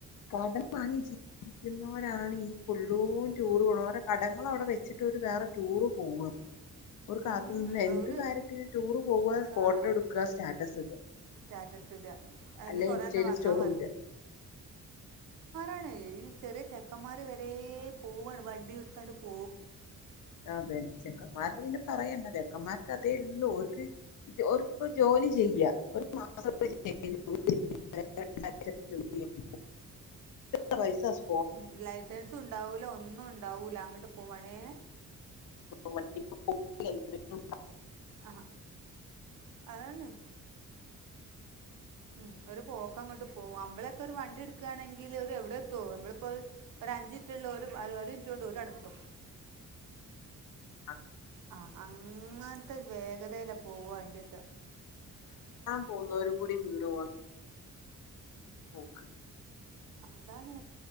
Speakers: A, on the left; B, on the right.
A: കടം വാങ്ങി ജീവിക്കുന്നേരാണ് ഫുള്ളും ടൂർണ ഓരോ കടങ്ങള് അവിടെ വെച്ചിട്ട് വേറെ ടൂർ പോവ ഒരു ക
B: ഉം,
A: എന്ത്
B: ഒരു
A: കാര്യത്തിന് ടൂർ പോവാ ഫോട്ടോ
B: ആ
A: എട്ക്കാ സ്റ്റാറ്റസ് ഇടാ
B: സ്റ്റാറ്റസ് ഇടുക അതിൽ
A: അല്ലെ
B: കുറേ
A: ഇൻസ്റ്റല്
B: എണ്ണം വന്നാൽ
A: സ്റ്റോറി ഇടാ
B: ആണ് ഈ ചെറിയ ചെക്കന്മാര് വരെ ഏ പോവാണ് വണ്ടി വിട്ട തടുപ്പോ
A: അതെ <unintelligible> ചെക്കന്മാർക്ക് പിന്നെ പറയണ്ട ചെക്കന്മാർക്ക് അതെ ലോർക് <unintelligible> ജോലി ചെയ്യാ ഓല് <unintelligible> <unintelligible>
B: മ് ലൈസൻസുണ്ടാവൂല ഒന്നും ണ്ടാവൂല അ ങ്ങട്ട് പോവണേ
A: <unintelligible>
B: അ അആണ് ഉം ഒര് പോക്കങ്ങട്ട് പോവും മ്മളോക്കെ ഒര് വണ്ടിട്‌ക്കാണെങ്കില് ഒവ്ടെത്തോ മ്മള്പ്പഹ് ഒരഞ്ചിൻറ്റ്ളോല് ഒരിന്റോണ്ട് ഓല് അവ്ടെത്തും
A: റ
B: ആ അങ്ങൻത്തെ വേഗതെല് പോവണ്ടെ
A: പോവ്ന്നൊരും കൂടി വീണോവാണ് പോക്ക്
B: അതാണെ